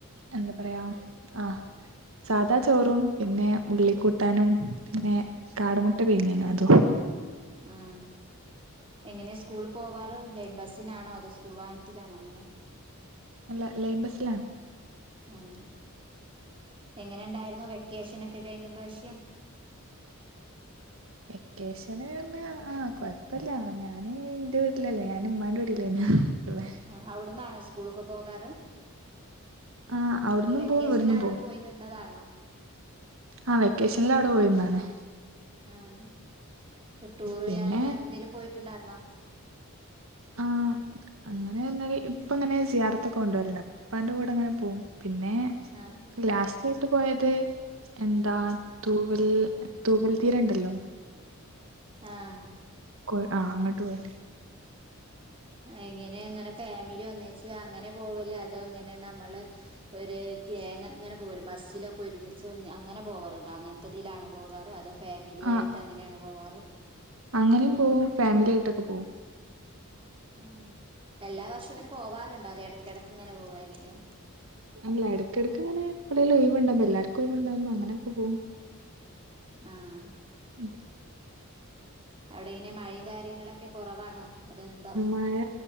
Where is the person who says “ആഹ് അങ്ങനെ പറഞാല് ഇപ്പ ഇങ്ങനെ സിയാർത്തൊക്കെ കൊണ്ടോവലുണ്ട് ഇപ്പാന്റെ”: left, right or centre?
Right